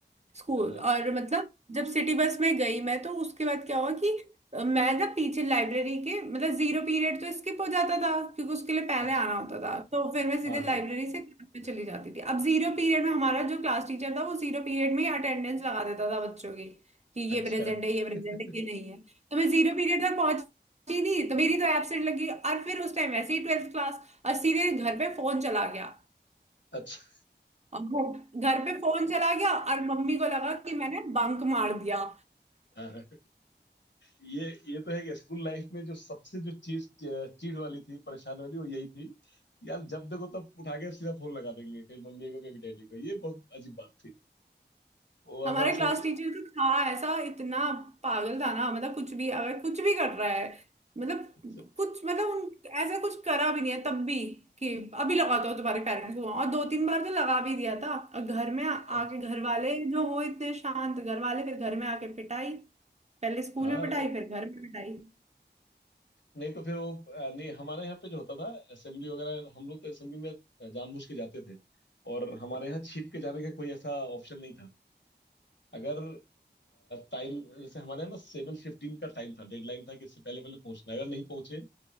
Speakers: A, on the right (about 40°); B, on the left (about 80°).
A: स्कूल
B: हाँ हाँ
A: और मतलब जब सिटी बस में गई मैं तो उसके बाद क्या हुआ कि अ, मैं ना पीछे लाइब्रेरी के मतलब जीरो पीरियड तो स्किप हो जाता था क्योंकि उसके लिए पहले
B: अच्छा
A: आना होता था तो फिर मैं सीधे
B: हाँ
A: लाइब्रेरी
B: हाँ
A: से क्लास में चली जाती थी अब जीरो पीरियड में हमारा जो क्लास टीचर था वो जीरो पीरियड में ही अटेंडेंस लगा देता था बच्चों की कि
B: अच्छा
A: ये प्रेजेंट है ये प्रेजेंट
B: <laughs>
A: है ये नहीं है तो मैं जीरो पीरियड तक पहुंच पहुंची नहीं तो मेरी तो एब्सेंट लगी और फिर उस टाइम वैसे ही ट्वेल्थ क्लास और सीधे घर पे फोन चला गया
B: अच्छा
A: और घर घर पे फोन चला गया और मम्मी को लगा कि मैंने बंक मार दिया
B: हाँ हाँ ये ये तो है कि स्कूल लाइफ में जो सबसे जो चीज चीड़ वाली थी परेशान वाली वो यही थी यार जब देखो तब उठा के सीधा फोन लगा देंगे कहीं मम्मी को कहीं डैडी को ये बहुत अजीब बात थी वो
A: हमारे
B: हमारा ऐसा
A: क्लास
B: लगता
A: टीचर तो था ऐसा इतना पागल था ना मतलब कुछ भी अगर कुछ भी कर रहा है मतलब
B: था,
A: कुछ मतलब उन ऐसा कुछ करा भी नहीं है तब भी कि अभी लगाता हो तुम्हारे पेरेंट्स को और दो तीन बार तो लगा भी दिया था और घर में आ-
B: अच्छा
A: आके घर वाले जो हो इतने शांत घर वाले फिर घर में आके पिटाई पहले स्कूल
B: हाँ
A: में पिटाई
B: वो-
A: फिर घर में पिटाई
B: नहीं तो फिर वो अ, नहीं हमारे यहाँ पे जो होता था असेंबली वगैरह हम लोग तो असेंबली में जानबूझ के जाते थे और हमारे यहाँ छिप के जाने का कोई ऐसा ऑप्शन नहीं था अगर टाइम जैसे हमारे ना सेवन फिफ्टीन का टाइम था डेडलाइन था कि इससे पहले पहले पहुंचना है। अगर नहीं पहुंचे